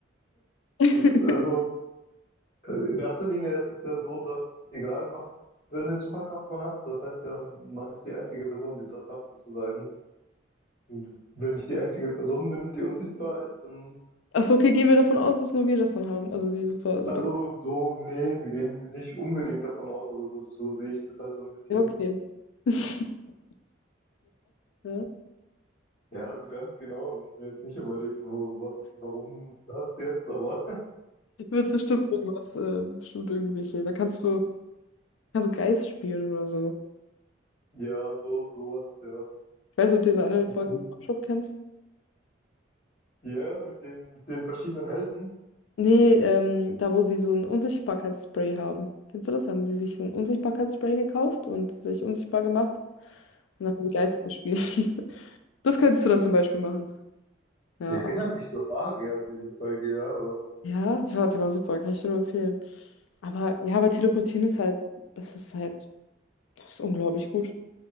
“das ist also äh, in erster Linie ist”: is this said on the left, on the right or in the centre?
Left